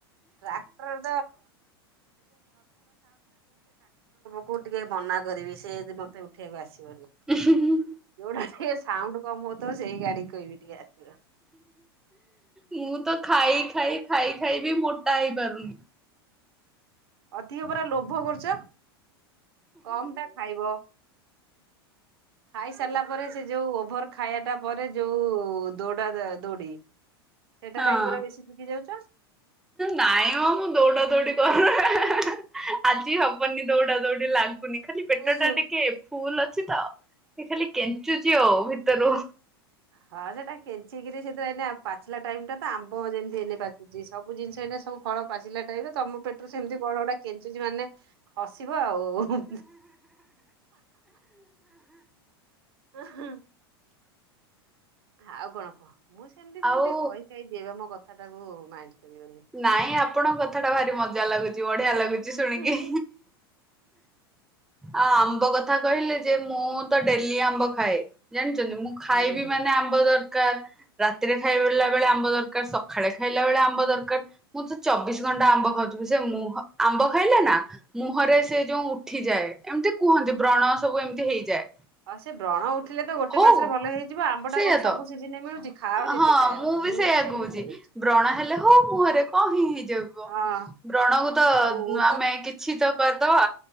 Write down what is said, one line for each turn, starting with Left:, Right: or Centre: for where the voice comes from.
Right: ଟ୍ରାକ୍ଟର୍ କୁ ଟିକେ ମନା କରିବି ସେ <unintelligible> ମୋତେ ଉଠେଇବାକୁ ଆସିବନି।
Centre: ଉଁ ହୁଁ ହୁଁ।
Right: ଯୋଉଟା ସେ ସାଉଣ୍ଡ କମ ହୋଉଥବ ସେଇ ଗାଡି କହିବି ଟିକେ ଆସିବ।
Centre: ମୁଁ ତ ଖାଇ ଖାଇ ଖାଇ ଖାଇ ବି ମୋଟା ହେଇପାରୁନି।
Right: ଅଧିକ ପରା ଲୋଭ କରୁଚ, କମ ଟା ଖାଇବ। ଖାଇସାରିଲା ପରେ ସେ ଯୋଉ ଓଭର୍ ଖାଇବା ଟା ପରେ ଯୋଉ ଦୋଡା ଯା ଦୋଡି। ସେଇଟା
Centre: ହଁ
Right: ଲାଗି ପରା ବେଶୀ ଶୁଖି ଯାଉଛ।
Centre: ନାଇଁ ମୋ ମୁଁ ଦୌଡା ଦୌଡି କର <inaudible> ଆଜି ହବନି ଦୌଡା ଦୌଡି ଲାଗୁନି ଖାଲି ପେଟ
Right: ଉଁ ହୁଁ।
Centre: ଟା ଟିକେ ଫୁଲ୍ ଅଛି ତ ଏ ଖାଲି କେଞ୍ଚୁଚି ଆଉ ଭିତରୁ।
Right: ହଁ ସେଟା କେଞ୍ଚିକିରି ସେ ତ ଏଇନା ଆଉ ପାଚିଲା ଟାଇମ୍ ଟା। ତ ଆମ୍ବ ଯେମିତି ଏଇନେ ଯେମିତି ପାଚୁଚି। ସବୁ ଜିନିଷ ଏଇନେ ସବୁ ଫଳ ପାଚିଲା ଟାଇମ୍ ରେ ତୋମ ପେଟରୁ ସେମିତି କଣ ଗୋଟା କେଞ୍ଚୁଚି ମାନେ ଖସିବ ଆଉ। ଓ ହୁଁ, ହୁଁ। ଆଉ କଣ କହ? ମୁଁ ସେମିତି କଣ
Centre: ଆଉ
Right: ଟିକେ କହିକାଇ ଦିଏ ମୋ କଥା ଟାକୁ ମାଇଣ୍ଡ କରିବନି।
Centre: ନାଇଁ ଆପଣଙ୍କ କଥା ଟା ଭାରି ମଜା ଲାଗୁଛି ବଢିଆ ଲାଗୁଛି
Right: ହୁଁ
Centre: ଶୁଣିକି। ଆ, ଆମ୍ବ କଥା କହିଲେ ଯେ ମୁଁ ତ ଡେଲି ଆମ୍ବ ଖାଏ ଜାଣିଚନ୍ତି ମୁଁ ଖାଇବି
Right: ହୁଁ ହୁଁ
Centre: ମାନେ ଆମ୍ବ ଦରକାର। ରାତିରେ ଖାଇ ପିଲା ବେଳେ ଆମ୍ବ ଦରକାର। ସଖାଳେ ଖାଇଲା ବେଳେ ଆମ୍ବ ଦରକାର। ମୁଁ ତ ଚବିଶ ଘଣ୍ଟା ଆମ୍ବ ଖାଉଥିବି ସେ ମୁହ ଆମ୍ବ ଖାଇଲେ ନା ମୁହଁରେ
Right: ହୁଁ
Centre: ସେ ଯୋଉ ଉଠିଯାଏ ଏମିତି କୁହନ୍ତି ବ୍ରଣ ସବୁ ଏମିତି ହେଇଯାଏ।
Right: ହଁ ସେ ବ୍ରଣ ଉଠିଲେ ତ ଗୋଟେ
Centre: ହଉ
Right: ମାସରେ ଭଲ ହେଇଯିବ ଆମ୍ବ
Centre: ସେଇଆ
Right: ଟା କଣ ସବୁ
Centre: ତ।
Right: ସିଜିିନ୍ ରେ ମିଳୁଚି, ଖାଅ ଯେତେ
Centre: ହଁ
Right: ଖାଇଆ କଥା।
Centre: ମୁଁ ବି ସେଇଆ
Right: ତ ସେମିତି
Centre: କହୁଚି
Right: ଖାଇଦଉଛି
Centre: ବ୍ରଣ ହେଲେ ହଉ ମୁହଁରେ କଣ ହିଁ ହେଇଯିବ,
Right: ହଁ
Centre: ବ୍ରଣ କ ତ
Right: ମୁଁ
Centre: ଆମେ କିଛି ତ କରିଦବା।